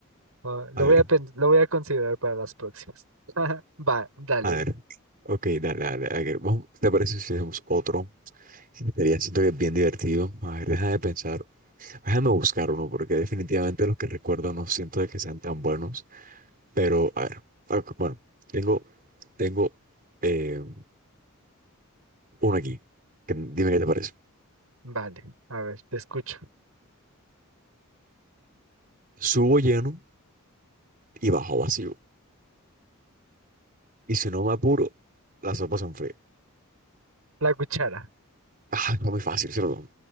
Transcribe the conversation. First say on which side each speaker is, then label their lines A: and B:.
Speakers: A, on the right; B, on the right.
A: Ah, lo
B: A
A: voy
B: ver.
A: a, pen- lo voy a considerar para las próximas. <laughs> Va, dale.
B: A ver, ok, dale, dale, a ver, vamos, ¿te parece si hacemos otro? Sería, siento que es bien divertido. A ver, deja de pensar, déjame buscar uno, porque definitivamente los que recuerdo no siento de que sean tan buenos. Pero, a ver, ok, bueno, tengo, tengo eh, uno aquí. que- dime qué te parece.
A: Vale, a ver, te escucho.
B: Subo lleno y bajo vacío. Y si no me apuro, las sopas son frías.
A: La cuchara.
B: Ah, está muy fácil, ¿cierto?